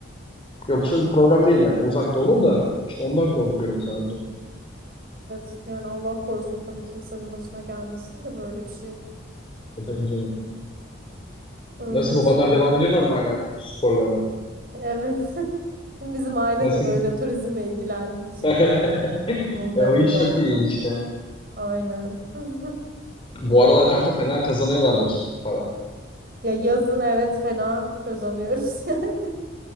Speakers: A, on the left; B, on the right.
A: Yoksa bir problem değil yani uzakta olur da işte ondan korkuyorum sadece.
B: Evet yani Allah korusun tabii kimsenin başına gelmesin de böyle bir şey.
A: E, Tabii canım.
B: Öyle
A: Nasıl
B: işte.
A: babanlar devam ediyorlar mı hala sporlarına?
B: Evet. <laughs> Şimdi bizim aile
A: Nasıl?
B: de böyle turizmle ilgilendiği için
A: <laughs>
B: bunun
A: E,
B: da
A: o
B: rolü
A: iş çok
B: oldu.
A: iyi işte.
B: Aynen. <laughs>
A: Bu aralar kanka fena kazanıyorlardır para.
B: Ya yazın evet fena kazanıyoruz <laughs> yani.